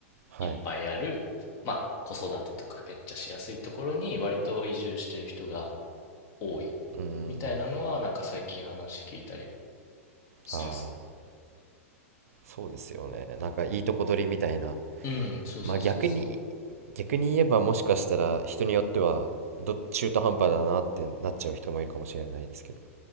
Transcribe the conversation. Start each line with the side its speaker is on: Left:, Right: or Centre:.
Right: あ、
Left: いっぱいある、
Right: はい。
Left: まあ子育てとかめっちゃしやすいところに割と移住してる人が多い
Right: うーん、
Left: みたいなのはなんか最近話聞いたりはしますね。
Right: ああ、そうですよね。なんかいいとこ取りみたいな。
Left: うん、そうそうそうそう。
Right: まあ逆に、逆に言えばもしかしたら人によっては、ど、中途半端だなってなっちゃう人もいるかもしれないですけど。